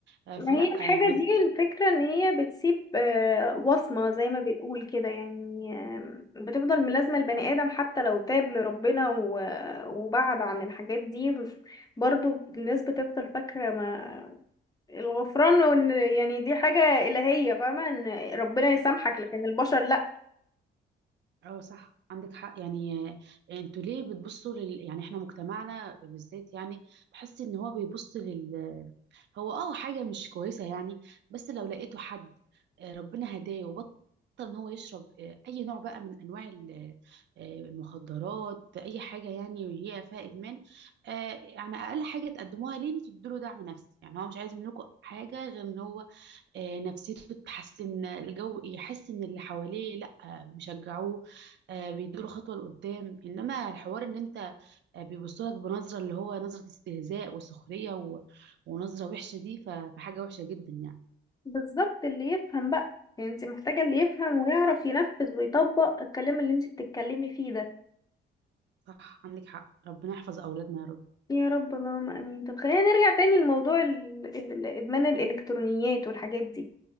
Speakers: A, on the right; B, on the left.
A: آه،
B: ما
A: فلا
B: هي الحاجه
A: آه، نظرة
B: دي الفكره ان هي بتسيب آه، وصمه زي ما بنقول كده يعني آم، بتفضل ملازمه البني ادم حتى لو تاب لربنا و- وبعد عن الحاجات دي برضو الناس بتفضل فاكره ما الغفران وان يعني دي حاجة إلهية فاهمة ان ربنا يسامحك
A: صح
B: لكن البشر لا
A: اه صح عندك حق يعني آه، انتوا ليه بتبصوا لل... يعني احنا مجتمعنا بالذات يعني تحس ان هو بيبص لل... هو اه حاجة مش كويسة يعني بس لو لقيته حد آه، ربنا هداه وبطل ان هو يشرب آه، اي نوع بقى من انواع ال- آه، المخدرات اي حاجة يعني هي فيها ادمان آه، يعني اقل حاجة تقدموها ليه انتوا تدوا دعم نفسي يعني هو مش عايز منكم حاجة غير ان هو آه، نفسيته تتحسن آه، الجو يحس ان اللي حواليه لا آه، بيشجعوه آه، بيدوله خطوة لقدام انما الحوار ان انت آه، بيبصوا لك بنظره اللي هو نظره استهزاء وسخريه و... ونظره وحشه دي ف... فحاجه وحشه جدا يعني
B: بالظبط اللي يفهم بقى يعني انت محتاجة اللي يفهم ويعرف ينفذ ويطبق الكلام اللي انت بتتكلمي فيه ده
A: صح عندك حق ربنا يحفظ اولادنا يا رب
B: يا رب اللهم امين طب خلينا نرجع تاني لموضوع ال- ال- ال- ادمان الالكترونيات والحاجات دي